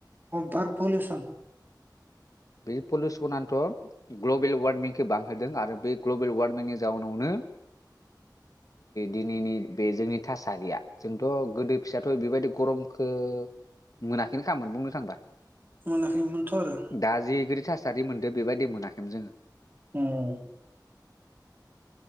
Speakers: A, on the right; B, on the left.
A: बार पलिउसन।
B: बे पलिउसनानोथ ग्लबेल वारमिंखौ बांहोदों आरो बे ग्लबेल वारमिंनि जाउनावनो दिनैनि बे जोंनि थासारिया जोंथ गोदो फिसायाथ बेबायदि गरमखौ मोनाखैनो खामोन बुंनो थांबा
A: मोनाखै मोनथ आरो
B: दा जिबायदि थासारि मोनदों बेबायदि मोनाखैमोन जोङो।
A: ओम